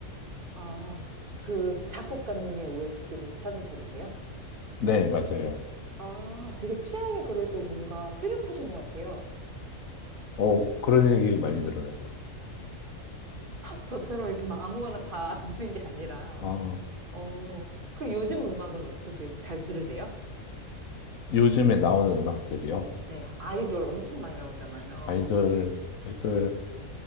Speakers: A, on the right; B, on the left.
A: 아, 그 작곡가님의 OST를 찾아 들으세요?
B: 네, 맞아요.
A: 아, 되게 취향이 그래도 뭔가 뚜렷하신 것 같아요.
B: 어, 그런 얘기 많이 들어요.
A: 저처럼 이렇게 막 아무거나 다 <laughs> 듣는 게 아니라,
B: 아,
A: 어, 그럼 요즘 음악은 어떻게 잘 들으세요?
B: 요즘에 나오는 음악들이요.
A: 네, 아이돌 엄청 많이 나오잖아요.
B: 아이돌, 아이돌,